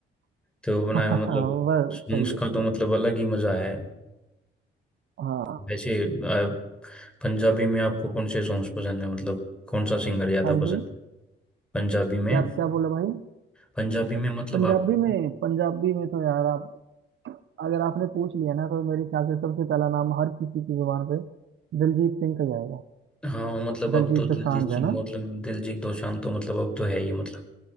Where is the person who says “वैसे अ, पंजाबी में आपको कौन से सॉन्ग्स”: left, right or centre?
Centre